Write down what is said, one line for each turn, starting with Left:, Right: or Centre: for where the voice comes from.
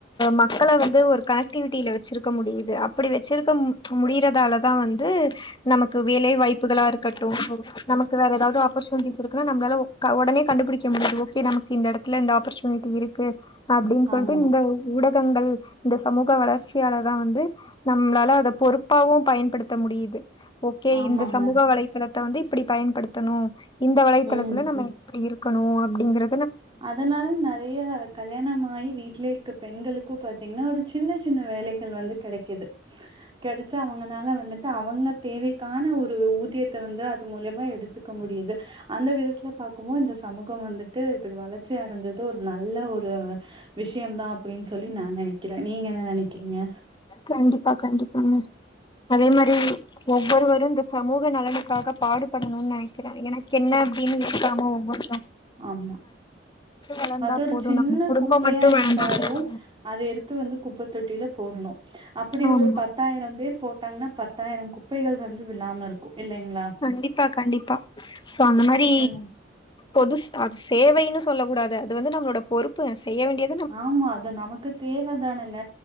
Left: மக்கள வந்து ஒரு கனெக்டிவிட்டில வச்சிருக் க்க முடியிது அப்படி வச்சிருக்க முடிறதாலதான் வந்து நமக்கு வேலை வாய்ப்புகளா இருக்கட்டும் நமக்கு வேற எதாது ஆப்பர்ச்சுனிட்டிஸ் இருக்குன்னா நப்ளால உக் ஒடனே கண்டுபுடிக்க முடியுது ஓகே நமக்கு இந்த எடத்துல இந்த ஆப்பர்சு னிட்டி இருக்கு அப்டின் சொல்ட்டு
Right: ஆமா
Left: இந்த ஊடகங்கள் இந்த சமூக வளர்ச்சியாளர் தா வந்து நம்ளால அத பொறுப்பாவு பயன்படுத்த முடியிது ஓகே
Right: ஆமாங்க
Left: இந்த சமூக வலைத்தளத்த வந்து இப்டி பயன்படுத்தணும் இந்த வலைத்தளத்துல
Right: ம்
Left: நம்ம
Right: ம்
Left: அப்டி இருக்கணு அப்டிங்கற
Right: அதனால நெறைய கல்யாண ஆயி வீட்ல இருக்க பெண்களுக்கு பாத்தீங்கன்னா ஒரு சின்ன சின்ன வேலைக்கு வந்து கிடைக்குது கிடச்சா அவங்கனால வந்துட்டு அவங்க தேவைக்கான ஒரு ஊதியத்த வந்து அது மூலியமா எடுத்துக்க முடியுது அந்த விதத்துல பாக்கும் போது இந்த சமூகம் வந்து விட்டு இப்டி வளர்ச்சி அடஞ்சது ஒரு நல்ல ஒரு விஷயம்தா அப்டின்னு சொல்லி நா நினைக்கிற நீங்க என்ன நினைக்கிறீங்க
Left: கண்டிப்பா கண்டிப்பாங்க அதே மாதிரி ஒவ்வொருவரு இந்த சமூக நலனுக்காக பாடுபடணும்னு நினைக்கிறாங்க எனக்கு என்ன அப்டின்னு இருக்காம ஒங்க
Right: ஆமா
Left: வளர்ந்தா
Right: அது ஒரு
Left: போதும்
Right: சின்ன
Left: நம்ம குடும்பம்
Right: குப்பயா
Left: மட்டும் வளர்ந்தா
Right: இருந்தாலு
Left: போதும்
Right: அத எடுத்து வந்து குப்பத்தொட்டில போடணு அப்டி
Left: ஆமா.
Right: ஒரு பத்து பத்தாயிர பேர் போட்டாங்கன்னா பத்தாயிர பேர் போட்டாங்க ன பத்தாயிர குப்பைகள் வந்து வில்லாம இருக்கும் இல்லங்களா
Left: கண்டிப்பா கண்டிப்பா சோ அந்த மாரி
Right: அந்த
Left: பொது ஸ்டாக்ஸ் சேவைன்னு சொல்ல கூடாது அது வந்து நம்மளோட பொறுப்பு செய்ய வேண்டிய
Right: ஆமா அது நமக்கு தேவதானங்க